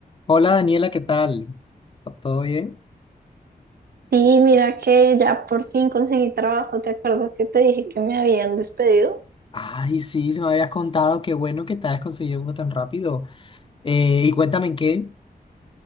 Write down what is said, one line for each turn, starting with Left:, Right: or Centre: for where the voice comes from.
Left: Hola Daniela, ¿qué tal? ¿Todo bien?
Right: Sí, mira que ya por fin conseguí trabajo. ¿Te acuerdas que te dije que me habían despedido?
Left: Ay, sí, se me habías contado, qué bueno que te hayas conseguido uno tan rápido. Eh, y cuéntame en qué,